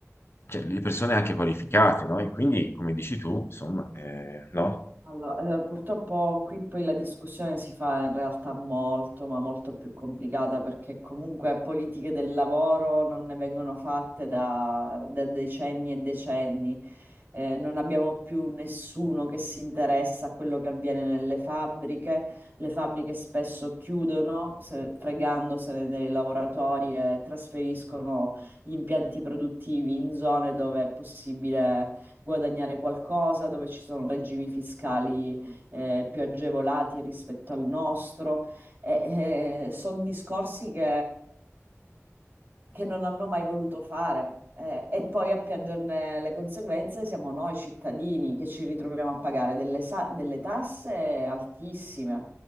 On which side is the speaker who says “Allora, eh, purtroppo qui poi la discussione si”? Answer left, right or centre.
Right